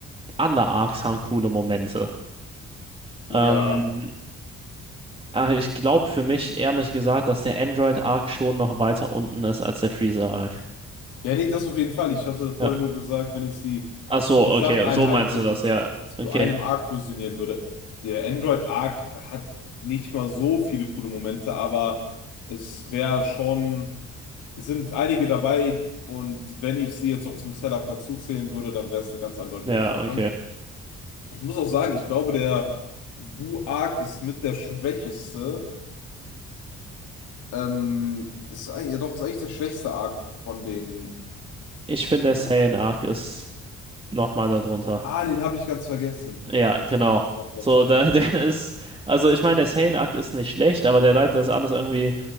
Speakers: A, on the right; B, on the left.
A: alle Arcs haben coole Momente.
B: Ja.
A: Ähm, aber ich glaube für mich, ehrlich gesagt, dass der Android-Arc schon noch weiter unten ist als der Freezer-Arc.
B: Ja, nee, das auf jeden Fall. Ich hatte vorhin
A: Ja.
B: nur gesagt, wenn ich sie
A: Ach so,
B: gesamteinheitlich
A: okay, so meinst du das, ja.
B: zu
A: Okay,
B: einem Arc fusionieren würde. Der Android Arc hat nicht mal so viele coole Momente, aber es wäre schon, es sind einige dabei und wenn ich sie jetzt noch zum Cell Arc dazuzählen würde, dann wäre es eine ganz eindeutige
A: ja,
B: Sache.
A: okay.
B: Ich muss auch sagen, ich glaube, der Bu Arc ist mit der schwächeste. Ähm, ist, eigentlich- ja doch, ist eigentlich der schwächste Arc von den
A: Ich finde, der
B: Die-
A: Saiyan-Arc ist nochmal darunter.
B: Ah, den habe ich ganz vergessen.
A: Ja, genau.
B: Doch, doch,
A: So,
B: doch,
A: da,
B: doch.
A: <laughs> der ist, also ich meine, der Sainak ist nicht schlecht, aber der leitet das alles irgendwie